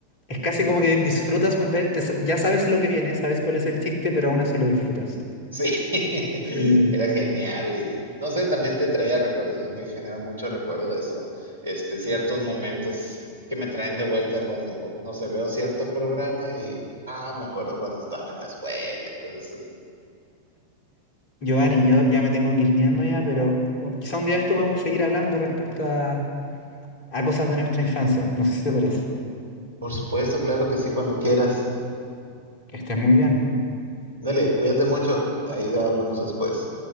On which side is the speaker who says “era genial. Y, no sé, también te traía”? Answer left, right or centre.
Right